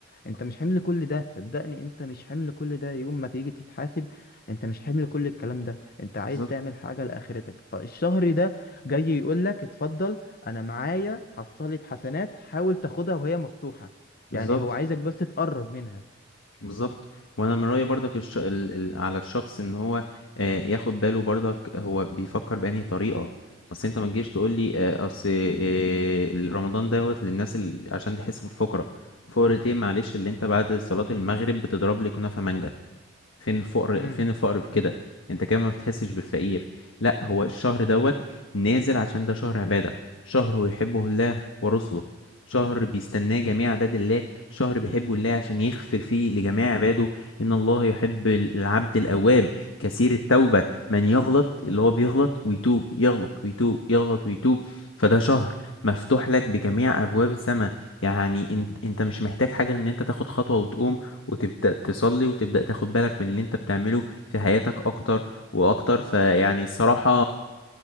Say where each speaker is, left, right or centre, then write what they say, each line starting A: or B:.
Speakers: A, on the left; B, on the left.
A: انت مش حمل كل ده صدقني انت مش حمل كل ده يوم ما تيجي تتحاسب انت مش حمل كل الكلام ده انت عايز
B: بالظبط
A: تعمل حاجة لاخرتك فالشهر ده جاي يقولك اتفضل انا معايا حصلت حسنات حاول تاخدها وهي مفتوحة
B: بالظبط
A: يعني هو عايزك بس تقرب منها
B: بالظبط وأنا من رأيي برضك الش... ال... ال... على الشخص إن هو آه ياخد باله برضك هو بيفكر بأنهي طريقة بس أنت ما تجيش تقول لي آه أصل آه رمضان دوت للناس ال... عشان تحس بالفقرة فقرة إيه معلش اللي أنت بعد صلاة المغرب بتضرب لي كنافة مانجا فين الفقر
A: امم
B: فين الفقر في كده انت كمان ما بتحسش بالفقير لا هو الشهر دوت نازل عشان ده شهر عبادة شهر يحبه الله ورسله شهر بيستناه جميع عباد الله شهر بيحبه الله عشان يغفر فيه لجميع عباده ان الله يحب العبد الاواب كثير التوبة من يغلط اللي هو بيغلط ويتوب يغلط ويتوب يغلط ويتوب فده شهر مفتوح لك بجميع ابواب السماء يعني انت انت مش محتاج حاجة ان انت تاخد خطوة وتقوم وتبدأ تصلي وتبدأ تاخد بالك من اللي انت بتعمله في حياتك اكتر واكتر فيعني الصراحة